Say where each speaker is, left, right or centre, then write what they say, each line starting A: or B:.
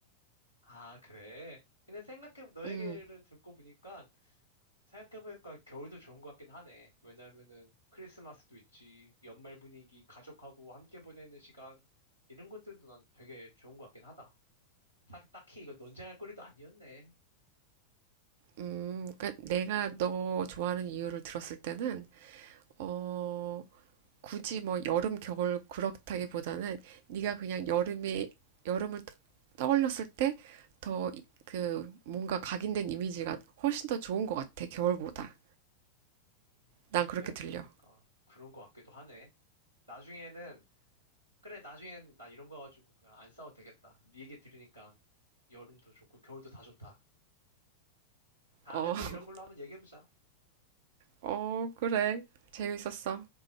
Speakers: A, on the right; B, on the right.
A: 아, 그래? 근데 생각해, 너
B: 음,
A: 얘기를 듣고 보니까 생각해보니까 겨울도 좋은 것 같긴 하네. 왜냐면은 크리스마스도 있지, 연말 분위기, 가족하고 함께 보내는 시간, 이런 것들도 난 되게 좋은 것 같긴 하다. 사- 딱히 이거 논쟁할 거리도 아니었네.
B: 음, 그러니까 내가 너 좋아하는 이유를 들었을 때는, 어, 굳이 뭐 여름, 겨울 그렇다기보다는 네가 그냥 여름에 여름을 떠- 떠올렸을 때 더 그 뭔가 각인된 이미지가 훨씬 더 좋은 것 같아, 겨울보다.
A: 음,
B: 난 그렇게
A: 생각해보니까
B: 들려.
A: 그런 것 같기도 하네. 나중에는, 그래, 나중엔 나 이런 거 가지고 그냥 안 싸워도 되겠다. 네 얘기 들으니까 여름도 좋고 겨울도 다 좋다. 다음에
B: 어,
A: 또 이런
B: <laughs>
A: 걸로 한번 얘기해보자.
B: 어, 그래. 재밌었어.